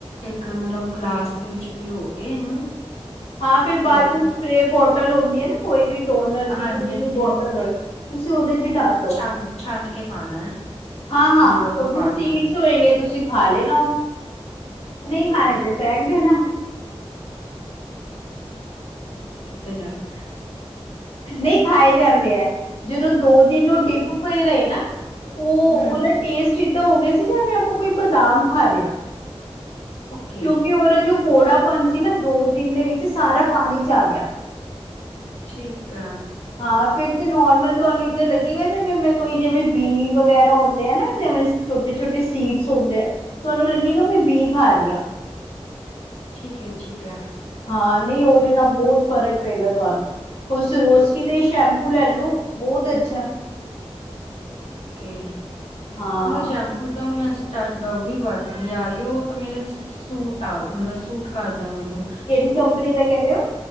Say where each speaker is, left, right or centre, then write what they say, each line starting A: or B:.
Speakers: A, on the left; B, on the left.
A: ਇੱਕ ਮਤਲਬ ਗਲਾਸ ਦੇ ਵਿੱਚ ਭਜੋ ਕੇ ਇਹਨੂੰ
B: ਹਾਂ ਫਿਰ
A: ਪਿਓ
B: ਬਾਅਦ
A: ਕੇ
B: ਚ ਸਪਰੇ ਬੋਟਲ ਹੁੰਦੀ ਹੈ ਨਾ ਕੋਈ ਵੀ ਸੋਨਰ
A: ਹਾਂਜੀ,
B: ਦੀ ਕੋਈ
A: ਹਾਂਜੀ,
B: ਵੀ ਬੋਤਲ
A: ਹਾਂਜੀ
B: ਹੋਏ ਤੁਸੀਂ ਉਹਦੇ ਚ ਡਾਲ ਲਓ
A: ਛਾਨ ਛਾਨ ਕੇ ਪਾਣਾ ਐ
B: ਹਾਂ ਹਾਂ
A: ਜਿਹੜਾ ਉਹਦਾ
B: ਉਹ
A: ਪਾਣੀ
B: ਸੀਡਸ
A: ਆ।
B: ਹੋਏਗੇ ਤੁਸੀਂ ਖਾ ਲੈ ਨਾ ਉਹ
A: ਓਕੇ
B: ਨਹੀਂ ਖਾਣੇ ਤੇ ਸਹਿਕਦੇ ਨਾ
A: ਤੇ ਜਾਣਾ
B: ਨਹੀਂ ਖਾਏ ਜਾਂਦੇ ਹੈ ਜਦੋਂ ਦੋ ਦਿਨ ਉਹ ਡਿੱਪ ਪਏ ਰਹੇ ਨਾ ਉਹ
A: ਹੂੰ
B: ਉਹਦਾ ਟੇਸਟ ਏਦਾਂ ਹੋ ਗਿਆ ਸੀ ਜਾਂ ਆਪਾਂ ਕੋਈ ਬਦਾਮ ਖਾ ਰਹੇ ਹ
A: ਓਕੇ
B: ਕਿਉਂਕਿ ਉਹਦਾ ਜੋ ਕੌੜਾਪਨ ਸੀ ਨਾ ਦੋ ਦਿਨ ਦੇ ਵਿੱਚ ਸਾਰਾ ਪਾਣੀ ਚ ਆ ਗਿਆ
A: ਠੀਕ ਆ
B: ਹਾਂ ਫੇਰ ਨੋਰਮਲ ਤੁਹਾਨੂੰ ਇਧਰ ਲੱਗੇਗਾ ਜਿਵੇ ਕੋ ਜਿਵੇਂ ਬੀ ਵਗੈਰਾ ਹੁੰਦੇ ਆ ਨਾ ਜਿਵੇ ਛੋਟੇ ਛੋਟੇ ਸੀਟਸ ਹੁੰਦੇ ਆ ਤੁਹਾਨੂੰ ਲੱਗੇਗਾ ਮੈਂ ਬੀ ਖਾ ਰਹੀ ਹਾਂ
A: ਠੀਕ ਹੈ ਠੀਕ ਹੈ
B: ਹਾਂ ਨਹੀਂ ਉਹਦੇ ਨਾਲ ਬਹੁਤ ਫ਼ਰਕ ਪਏਗਾ ਤੁਹਾਨੂੰ ਹੋ ਸਰੋਸਕੀ ਦਾ ਹੀ ਸ਼ੈਂਪੂ ਲੈ ਲੋ ਬਹੁਤ ਅੱਛਾ
A: ਅੱਛਾ
B: ਹਾਂ।
A: ਸ਼ੈਪੂ ਤਾਂ ਮੈਂ ਝੱਡ ਉਹ ਵੀ ਵਰਤਦੀ ਆ ਰਹੀ ਉਹ ਤਾਂ ਮੇਰੇ ਸੂਟ ਆ ਮਤਲਬ ਸੂਟ ਕਰ ਮੈਨੂੰ
B: ਕਿਹੜੀ ਕੰਪਨੀ ਦਾ ਕਹਿ ਰਹੇ ਹੋ